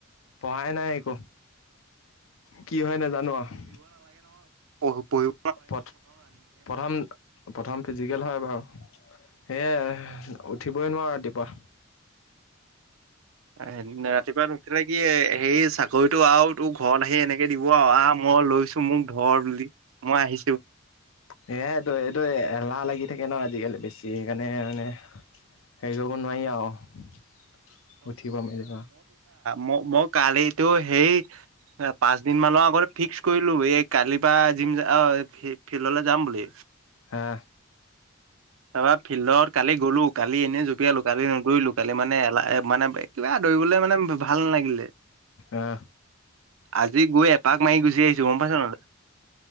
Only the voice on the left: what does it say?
পঢ়াই নাই একো কি হয় নাজানো আৰু?
প্ৰথম-প্ৰথম ফিজিকেল হয় বাৰু। সেয়ে উঠিবই নোৱাৰো ৰাতিপুৱা।
সেয়াইটো এইটো এলাহ লাগি থাকে ন আজিকালি বেছি সেইকাৰণে মানে হেৰি কৰিব নোৱাৰি আৰু উঠিব মেলিব।
হা
আহ